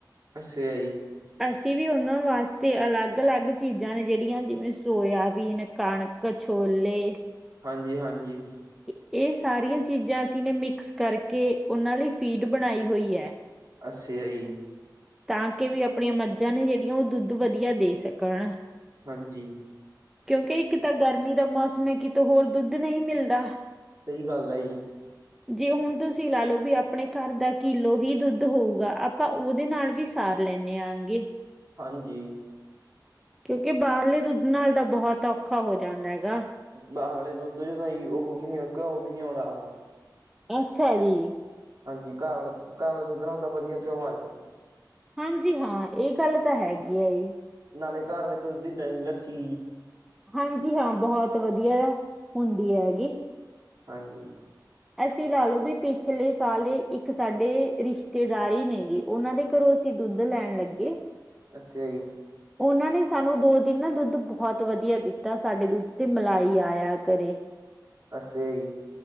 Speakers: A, on the right; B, in the centre.
A: ਅੱਛੇ-ਆ-ਜੀ।
B: ਅਸੀਂ ਵੀ, ਉਹਨਾਂ ਵਾਸਤੇ ਅਲੱਗ-ਅਲੱਗ ਚੀਜ਼ਾਂ ਨੇ, ਜਿਹੜੀਆਂ ਜਿਵੇਂ ਸੋਇਆਬੀਨ, ਕਣਕ ਛੋਲੇੇ
A: ਹਾਂਜੀ- ਹਾਂਜੀ।
B: 'ਇਹ ਸਾਰੀਆਂ ਚੀਜ਼ਾਂ ਅਸੀਂ ਨੇ ਮਿਕਸ ਕਰਕੇ, ਉਹਨਾਂ ਲਈ ਫੀਡ ਬਣਾਈ ਹੋਈ ਹੈ।
A: ਅਸਿਆਈ
B: ਤਾਂ, ਕਿ, ਵੀ ਆਪਣੀਆਂ ਮੱਝਾਂ ਨੇ, ਜਿਹੜੀਆਂ ਉਹ ਦੁੱਧ ਵਧੀਆ ਦੇ ਸਕਣ।
A: ਹਾਂਜੀ।
B: ਕਿਉਂਕਿ, ਇੱਕ ਤਾਂ ਗਰਮੀ ਦਾ ਮੌਸਮ ਹੈ, ਕਿਤੋ ਹੋਰ, ਦੁੱਧ ਨਹੀਂ ਮਿਲਦਾ।
A: ਸਹੀ ਗੱਲ ਹੈ ਜੀ।
B: ਜੇ, ਹੁਣ ਤੁਸੀਂ ਲਾਲੋ ਵੀ, ਆਪਣੇ ਘਰ ਦਾ ਕਿਲੋ ਹੀ ਦੁੱਧ ਹੋਊਗਾ ਆਪਾਂ ਉਹਦੇ ਨਾਲ ਵੀ, ਸਾਰ ਲੈੇਨੇ ਆਗੇ
A: ਹਾਂਜੀ।
B: ਕਿਉਂਕਿ ਬਾਹਰਲੇ ਦੁੱਧ ਨਾਲ ਤਾਂ, ਬਹੁਤ ਔਖਾ ਹੋ ਜਾਂਦਾ ਹੈਗਾ।
A: ਬਾਹਰ ਵਾਲੇ ਦੁੱਧ'ਚ ਤਾਂ, ਉਹ, ਵੀ, ਨੀ ਘਿਓ ਵੀ ਨੀ ਆਉਂਦਾਗਾ।
B: ਅੱਛਾ ਜੀ!
A: ਹਾਂਜੀ, ਘਰ ਆਲ, ਘਾਰਾਲੇ ਦੁੱਧ ਨਾਲ ਤਾਂ ਵਧੀਆ ਘਿਉ ਆ ਜਾ
B: ਹਾਂਜੀ, ਹਾਂ, ਇਹ ਗੱਲ ਤਾਂ ਹੈਗੀ ਹੈ, ਜੀ।
A: ਨਾਲੇ ਘਰ ਵਾਲੇ ਦੁੱਧ ਦੀ ਦਹੀਂ, ਲੱਸੀ
B: ਹਾਂਜੀ, ਹਾਂ। ਬਹੁਤ ਵਧੀਆ ਹੁੰਦੀ ਹੈਗੀ।
A: ਹਾਂਜੀ।
B: ਅਸੀਂ ਲਾ ਲਓ ਵੀ, ਪਿਛਲੇ ਸਾਲ ਇੱਕ ਸਾਡੇ ਰਿਸ਼ਤੇਦਾਰੀ ਨੇਗੇ ਉਹਨਾਂ ਦੇ ਘਰੋਂ ਅਸੀਂ ਦੁੱਧ ਲੈਣ ਲੱਗੇ।
A: ਅੱਸਯਾ ਜੀ।
B: ਉਹਨਾਂ ਨੇ ਸਾਨੂੰ ਦੋ ਦਿਨ ਨਾ 'ਦੁੱਧ' ਬਹੁਤ ਵਧੀਆ ਦਿੱਤਾ, ਸਾਡੇ ਦੁੱਧ ਤੇ ਮਲਾਈ ਆਇਆ ਕਰੇ।
A: ਅੱਸਯਾ ਜੀ